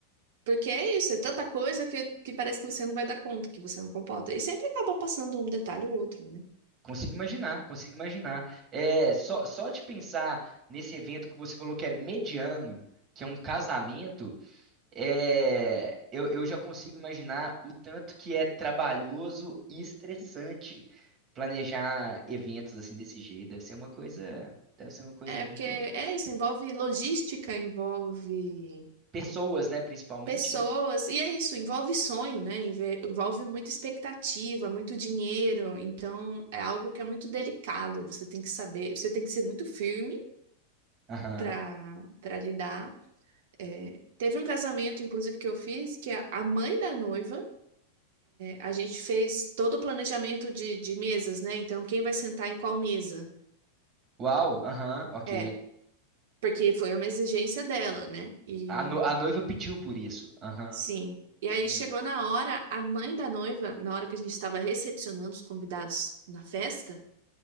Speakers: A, on the right; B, on the right.
A: Porque é isso, é tanta coisa que, que parece que você não vai dar conta, que você não comporta. E sempre acaba passando um detalhe ou outro, né?
B: Consigo imaginar, consigo imaginar. É, só, só de pensar nesse evento que você falou que é mediano, que é um casamento, é, eu, eu já consigo imaginar o tanto que é trabalhoso e estressante planejar eventos assim desse jeito. Deve ser uma coisa, deve ser uma coisa
A: É
B: muito.
A: porque é isso, envolve logística, envolve
B: Pessoas, né, principalmente,
A: pessoas,
B: né?
A: e é isso, envolve sonho, né? Enve- Envolve muita expectativa, muito dinheiro. Então é algo que é muito delicado. Você tem que saber, você tem que ser muito firme
B: Aham.
A: para para lidar. É, teve um casamento, inclusive, que eu fiz, que a a mãe da noiva. A gente fez todo o planejamento de, de mesas, né? Então, quem vai sentar em qual mesa?
B: Uau, aham, ok.
A: É, porque foi uma exigência dela, né? E
B: A, no- a noiva pediu por isso. Aham.
A: sim. E aí
B: Uhum.
A: chegou na hora, a mãe da noiva, na hora que a gente estava recepcionando os convidados na festa,